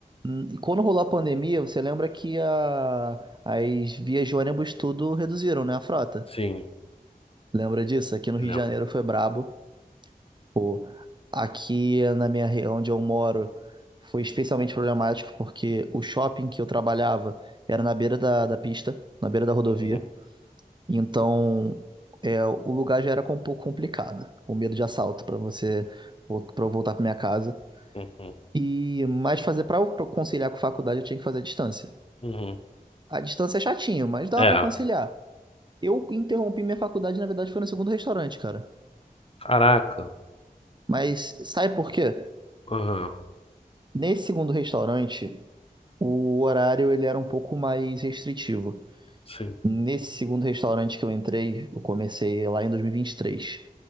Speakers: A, on the right (about 30°); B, on the left (about 40°).
A: hum, quando rolou a pandemia, você lembra que a- as vias de ônibus tudo reduziram, né? A frota.
B: Sim,
A: Lembra disso? Aqui no
B: lembro.
A: Rio de Janeiro foi brabo. Pô, aqui na minha re- onde eu moro foi especialmente problemático porque o shopping que eu trabalhava era na beira da, da pista, na beira da rodovia.
B: Uhum,
A: Então, é, o lugar já era com- um pouco complicado, o medo de assalto para você para eu voltar para minha casa.
B: uhum,
A: E mas fazer para conciliar com faculdade eu tinha que fazer à distância.
B: uhum.
A: A distância é chatinho, mas dava
B: É,
A: para conciliar. Eu interrompi minha faculdade, na verdade, foi no segundo restaurante, cara.
B: caraca.
A: Mas sabe por quê?
B: Aham,
A: Nesse segundo restaurante o horário ele era um pouco mais restritivo.
B: sim.
A: Nesse segundo restaurante que eu entrei, eu comecei lá em 2023.